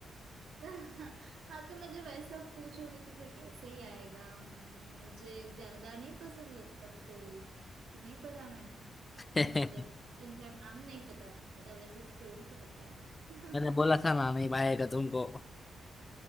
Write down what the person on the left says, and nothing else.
<laughs> मैंने
बोला था ना नहीं आएगा तुमको